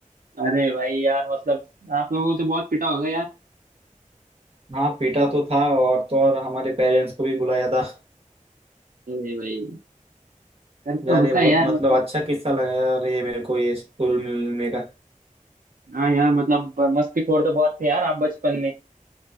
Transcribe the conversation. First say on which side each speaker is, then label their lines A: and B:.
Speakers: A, on the right; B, on the right.
A: अरे भाई यार मतलब आप लोगों को तो बहुत पिटा होगा यार
B: <laughs> हाँ पीटा तो था और तो और हमारे पेरेंट्स को भी बुलाया था
A: अरे भाई डर तो
B: यार
A: होता
B: ये बहुत
A: है यार
B: मतलब
A: मतलब
B: अच्छा किस्सा लगा यार ये मेरे को ये स्कूल मिलने का
A: हाँ यार मतलब ब- मस्तीखोर तो बहुत थे यार आप बचपन में